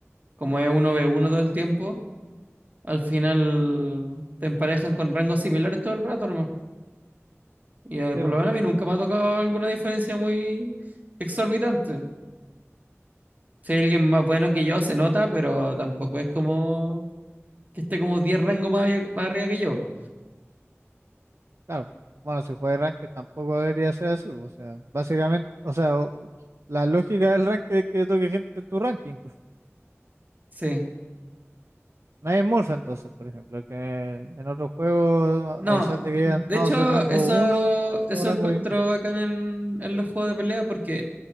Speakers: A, on the right (about 35°); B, on the right (about 65°).
A: Como es uno v uno todo el tiempo, al final te emparejan con rangos similares todo el rato nomás. Y eh,
B: Sí,
A: por
B: po,
A: lo menos a mí nunca me ha tocado alguna diferencia muy exorbitante. Si hay alguien más bueno que yo, se nota, pero tampoco es como que esté como 10 rangos más, más arriba que yo.
B: claro. Bueno, si juega ranked tampoco debería ser así. po, O sea, básicamente, o sea, o- la lógica del ranked es que toque gente en tu ranking. pues.
A: Sí.
B: Nadie es Morph entonces, por ejemplo, que en otros juegos,
A: No,
B: a pesar de que
A: de
B: hayan dado
A: hecho,
B: ese rango
A: eso,
B: uno
A: eso
B: o rango
A: encuentro
B: 10.000,
A: acá en, en los juegos de pelea porque